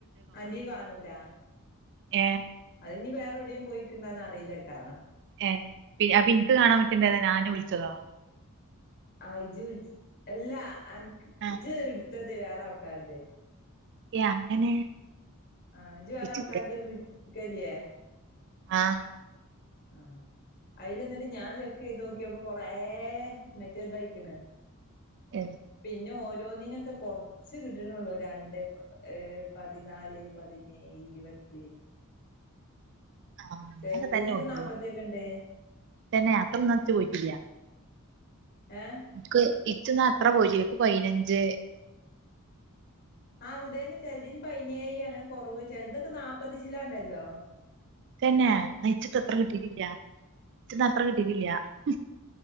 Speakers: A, on the left; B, on the right.
A: ആന്റീ കാണൂലാ
B: ഏ
A: അതിനി വേറെ എവിടേം പോയിക്ക്ന്നാ അറിയില്ലാട്ടാ
B: ഏ പ്പി അപ്പിനിക്ക് കാണാൻ പറ്റണ്ടായതാ ഞാൻ വിളിച്ചതോ
A: ആയിജു വിൾ എല്ലാ അനക്ക്
B: ആഹ്
A: ഇജ്ജ് ഇട് ഇത്തത് വേറാൾക്കാര്തെ
B: യേ അങ്ങനെ
A: ആഹ് ജ് വേറെ
B: ഇച്ച്
A: ആൾക്കാര്ത് വിളി ക്കല്യേ
B: ആ
A: ആ അയ്ലിന്നിട്ട് ഞാ ചെക്ക് ചെയ്ത് നോക്കിയപ്പൊ കൊറേ മറ്റേതായിക്കണ്
B: ഏഹ്
A: പിന്നെ ഓരോന്നിനെക്കെ കൊറ ച്ച് കിട്ടണള്ളൂ രണ്ട് ഏർ പതിനാല് പതിനേഴ് ഇരുപത്തി
B: ആഹ
A: ചെലതിനൊക്കെ
B: ഞ തന്നെ ഉള്ളു
A: നാപ്പത്തിയൊക്കെ ഉണ്ട്
B: എന്നന്നെ അത്ര നിത്തി പോയിട്ടില്ല
A: ഏഹ്
B: ഇക്കോയ് ഇച്ചന എത്ര പോയിട്ടിേരിക്കും പതിനഞ്ച്
A: ആ അത്ത തന്നെ ചെറുീന് പന്യ നേഴ് അങ്ങനെ കൊറവ് ചെലത്തൊക്കെ നാല്പ്പത്തിചില്ലാൻ ഒണ്ടല്ലോ
B: തന്നെ നയിച്ചിട്ടത്ര കിട്ടിട്ടില്ല ഇപ്പറ കിട്ടിിക്കില്ല <unintelligible>